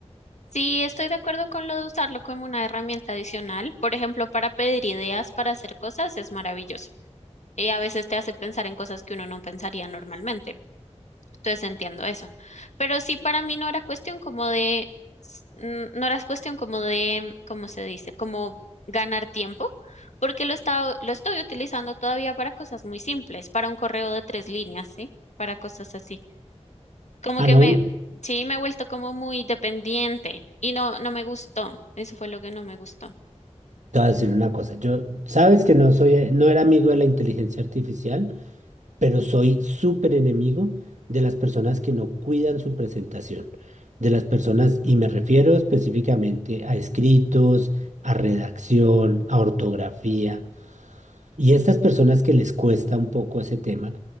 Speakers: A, on the left; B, on the right.
A: Sí, estoy de acuerdo con lo de usarlo como una herramienta adicional. Por ejemplo, para pedir ideas para hacer cosas es maravilloso. Y a veces te hace pensar en cosas que uno no pensaría normalmente. Entonces entiendo eso. Pero sí, para mí no era cuestión como de, s- n- no era cuestión como de, ¿cómo se dice? Como ganar tiempo, porque lo estaba, lo estoy utilizando todavía para cosas muy simples, para un correo de tres líneas, ¿sí? Para cosas así. Como
B: Ah,
A: que
B: no,
A: me, sí, me he vuelto como muy dependiente y no, no me gustó. Eso fue lo que no me gustó.
B: te voy a decir una cosa. Yo, sabes que no soy, eh, no era amigo de la inteligencia artificial, pero soy súper enemigo de las personas que no cuidan su presentación, de las personas, y me refiero específicamente a escritos, a redacción, a ortografía. Y estas personas que les cuesta un poco ese tema,